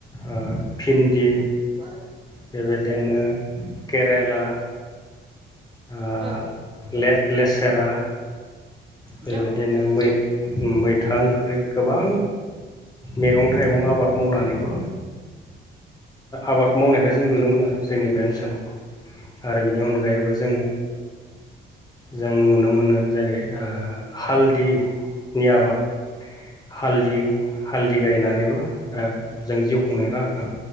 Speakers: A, on the left (about 20°); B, on the right (about 25°).
A: ओ भिन्दि
B: औ
A: बेबायदिनो केरेला ओ
B: औ
A: लेट लेसेरा
B: नोंथां
A: बेबायदिनो मै मैथा ओंख्रि गोबां मैगं थाइगं आबाद मावनानैबो आबाद मावनाय बे जों नुनो मोनो आरो जोंनि बे ओनसोलाव आरो बेनि अनगायैबो जों जों नुनो मोनो जेरै ओ हालदिनि आबाद हालदि हालदि गायनानैबो जों जिउ खुंनायनि राहाखौ